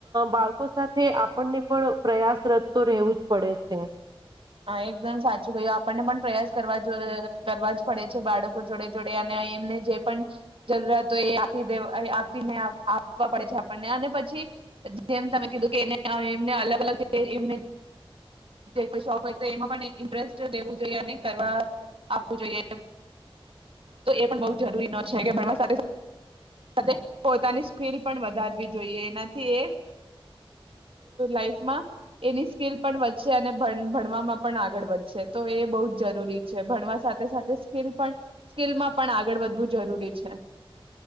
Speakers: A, on the right; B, on the right.
A: બાળકો સાથે આપણને પણ પ્રયાસરત તો રહેવું જ પડે છે
B: હા એકદમ સાચું કહ્યું આપણને પણ પ્રયાસ કરવા જો કરવા જ પડે છે બાળકો જોડે જોડે અને એમને જે પણ જરૂરત હોય એ આપી દે આપીને આપવા પડે છે આપણને અને પછી જેમ તમે કીધું કે એ એમને અલગ અલગ એ હો એમાં પણ ઇન્ટરેસ્ટ લેવું જોઈએ અને કરવા આપવું જોઈએ તો એ પણ બ જરૂરી ન છે કે ભણવા પોતાની સ્કલ પણ વધારવી જોઈએ એનાથી લફમાં એની સ્કલ પણ અને ભણવામાં પણ આગળ વધશે તો એ બહુ જ જરૂરી છે ભણવા સાથે સાથે સ્કલ પણ સ્કિલમાં પણ આગળ વધવું જરૂરી છે